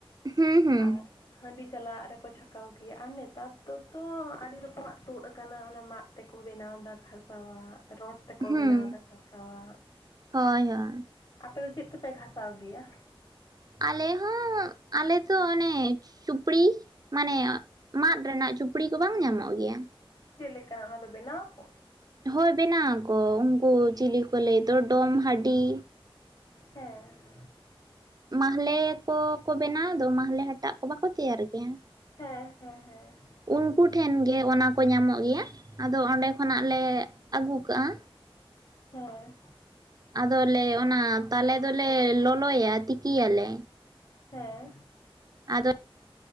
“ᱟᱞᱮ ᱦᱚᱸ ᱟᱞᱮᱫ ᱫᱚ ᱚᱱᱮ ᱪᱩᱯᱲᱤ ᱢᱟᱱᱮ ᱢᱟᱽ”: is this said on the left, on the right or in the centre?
Right